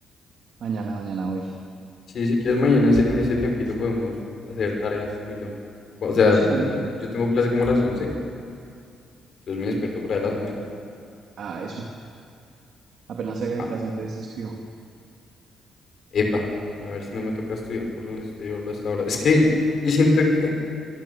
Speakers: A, on the right (about 60°); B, on the left (about 50°).
A: mañana, mañana, hoy.
B: Sí, sí, si quieres, mañana ese- en ese tiempito podemos hacer tareas tú y yo. O sea,
A: Sí,
B: como yo tengo clase como a las once entonces me despierto para las nueve
A: ah, eso. Apenas salga de
B: Ah,
A: clase, entonces escribo.
B: epa, a ver si no me toca estudiar por el estudio hasta ahora. Es que yo siento que,